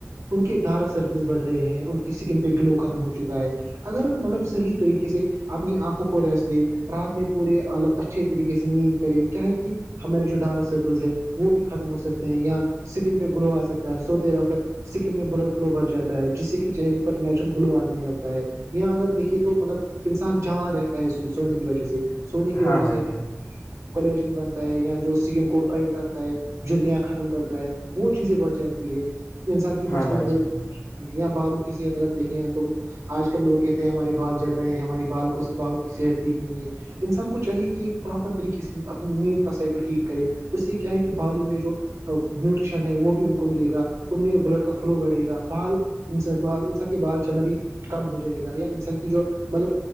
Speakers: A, on the right (about 80°); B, on the left (about 75°).
A: ان کے ڈھارک سرکلس بڑھ رہے ہیں ان کی اسکن پہ گلو ختم ہو چکا ہے اگر مطلب صحیح طریقے سے اپنی آنکھوں کو ریس رات میں پورے مطلب اچھے طریقے سے نیند کرے کیا ہے کہ ہمارے جو ڈار سرکلس ہے وہ بھی ختم ہو سکتے ہیں یا سکم پہ گلو آ سکتا ہے سوتے وقت سکن میں بلڈ فلو بھر جاتا ہے جس سے کہ چہرے پر نیچرل گلو آجنے لگتا ہے یا اگر دیکھیے تو مطلب انسان جاں رہتا ہے سونے کی وجہ سے سونے کی
B: ہاں
A: وجہ
B: بھائی
A: سے
B: جان
A: کالجن بنتا ہے یا جو سکم کو ٹرائڈ رکھتا ہے جریاں ختم کرتا ہے وہ چیزیں بڑھ جاتی ہے انسان کی مسل
B: ہاں بھائی جان
A: یہیااں بھالو کی صحت اگر دیکھے ہیں تو آج کل لوگ کہتے ہیں ہمارے بھال جڑ رہے ہیں ہماری بال کو سے بھالو صحت ٹھیک نہیں ہے انسان کو چاہیے کہ ایک پراپر طریقے سے اپنی نیند کا سائیکل ٹھیک کرے اس سے کیا ہے کہ بالو میں جو نیوٹریشن ہے وہ بھی ان کو ملے گا ان میں بلڈ کا فلو بڑے گا بال ان بال انسان کے بال چنا بھی کم ہو جائے گا یا انسان کی جو مطلب